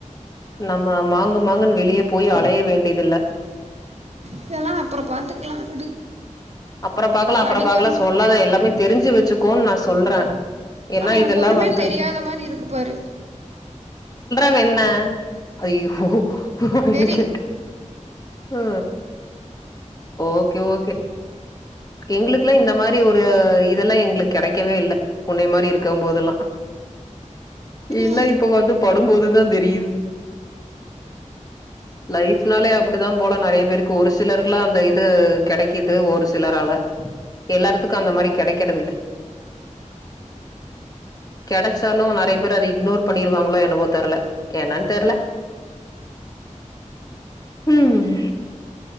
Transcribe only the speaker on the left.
நம்ம மாங்கு மாங்குன்னு வெளிய போய் அலைய வேண்டியதில்ல.
அப்பற பாக்கலா
அப்பற பாக்கலா சொல்லாத எல்லாமே தெரிஞ்சு வச்சு க்கோன்னு நா சொல்றே ஏன்னா
இதெல்லா
வந்து
ப்ப என்ன ஐயோ இல்ல
கேட்டே ஆ ஓகே ஓகே எங்களுக் இல்ல இந்த மாரி ஒரு இதெல்லா எங் ளுக்கு கெடைக்கவே இல்ல உன்னை மாரி இருக்கு போதெல்லா இல்ல
இப்ப வந்து படும்போதுதா தெரியுது ஃலைப்னாலே அப்பிடித்தா போல நெறைய பேருக்கு ஒரு சிலருக்குல்லா அந்த இது கெடைக்குது து ஒரு சிலர்லா எல்லாருத்துக்கு அந்த மாரி கெடைக்கிறது இல்ல கெடச்சாலு நெறைய பேர் அத இக்னோர் பண்ணிருவாங்களோ எனவோ தெர்ல என்னான் தெர்ல ம்